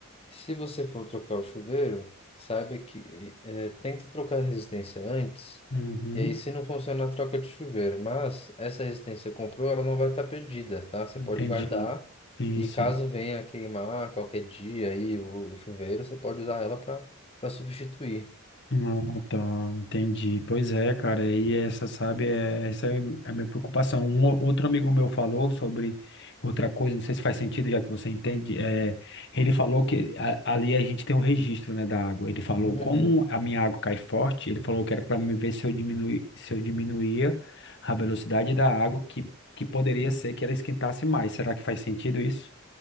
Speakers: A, on the left; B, on the left.
A: se você for trocar o chuveiro, saiba que é, tente trocar a resistência antes,
B: uhum,
A: e aí se não funcionar, troca de chuveiro. Mas essa resistência que comprou, ela não vai estar perdida, tá? Você
B: entendi.
A: pode guardar,
B: Sim,
A: e
B: sim.
A: caso venha queimar qualquer dia aí o, o chuveiro, você pode usar ela para para substituir.
B: Ah, tá, entendi. Pois é, cara, e essa, sabe, é, essa é a minha preocupação. Um ou- outro amigo meu falou sobre outra coisa, não sei se faz sentido, já que você entende. É, ele falou que a- ali a gente tem um registro, né, da água. Ele falou
A: Uhum.
B: como a minha água cai forte, ele falou que era para me ver se eu diminui, se eu diminuía a velocidade da água, que, que poderia ser que ela esquentasse mais. Será que faz sentido isso?